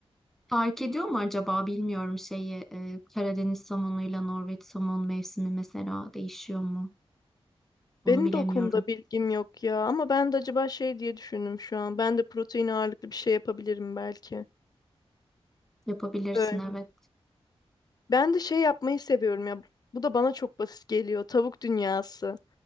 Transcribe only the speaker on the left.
Benim
de o konuda bilgim yok ya ama ben de acaba şey diye düşündüm şu an ben de protein ağırlıklı bir şey yapabilirim belki.
Öyle.
Ben de şey yapmayı seviyorum ya bu da bana çok basit geliyor tavuk dünyası.